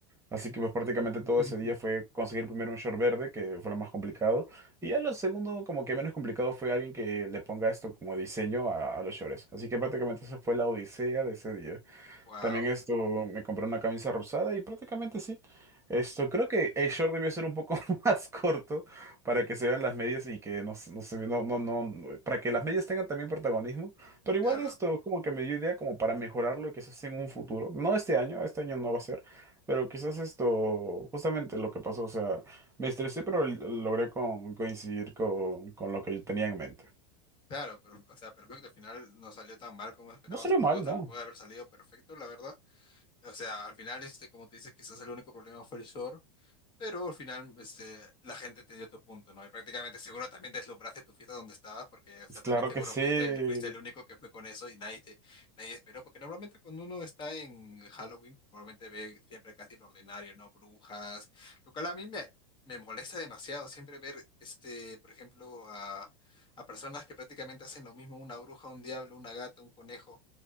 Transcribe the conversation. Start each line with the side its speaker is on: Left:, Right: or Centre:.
Right: Así que pues prácticamente
Left: <laughs>
Right: todo ese día fue conseguir primero un short verde, que fue lo más complicado, y ya lo segundo, como que menos complicado, fue alguien que le ponga esto como diseño a, a los shorts. Así que prácticamente esa fue la odisea de ese día.
Left: Wow,
Right: También esto, me compré una camisa rosada y prácticamente sí. Esto, creo que el short debió ser un poco <laughs> más corto para que se vean las medias y que no, se- no se ve- no, no, no, no- para que las medias tengan también protagonismo. Pero igual
Left: claro.
Right: esto como que me dio idea como para mejorarlo y quizás en un futuro. No este año, este año no va a ser, pero quizás esto, justamente lo que pasó, o sea, me estresé, pero l- logré con- coincidir con, con lo que yo tenía en mente.
Left: Claro, pero, o sea, perfecto, al final no salió tan mal como esperabas
Right: No salió
Left: o
Right: mal,
Left: pudo, o sea,
Right: ¿no?
Left: puede haber salido perfecto, la verdad. O sea, al final, este, como te dices, quizás el único problema fue el short. Pero al final, este, la gente te dio tu punto, ¿no? Y prácticamente seguro también deslumbraste tu fiesta donde estabas, porque, o sea,
Right: Pues Claro
Left: también seguro
Right: que sí.
Left: fuiste el, fuiste el único que fue con eso y nadie te, nadie esperó, porque normalmente cuando uno está en Halloween, normalmente ve siempre casi lo ordinario, ¿no? Brujas, lo cual a mí me, me molesta demasiado siempre ver, este, por ejemplo, a, a personas que prácticamente hacen lo mismo, una bruja, un diablo, una gata, un conejo.